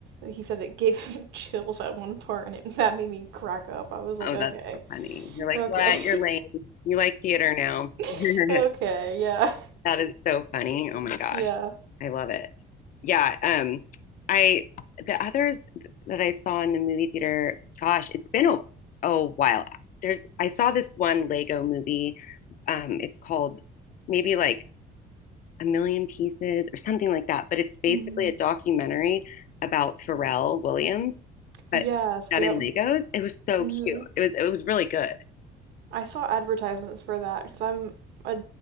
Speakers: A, on the right; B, on the left.
A: he said it gave him <laughs> chills at one part, and it, that made me crack up. I was like,
B: oh,
A: okay,
B: that's so funny. You're like,
A: okay,
B: what? You're lame. You like theater now. <laughs>
A: <laughs> okay, yeah,
B: That is so funny. Oh my gosh.
A: yeah.
B: I love it. Yeah, um I the others that I saw in the movie theater, gosh, it's been a, a while. There's I saw this one Lego movie. Um it's called maybe like A Million Pieces or something like that, but it's basically
A: hmm
B: a documentary about Pharrell Williams, but
A: Yes,
B: done
A: yep.
B: in Legos. It was so
A: hmm
B: cute. It was it was really good.
A: I saw advertisements for that because I'm a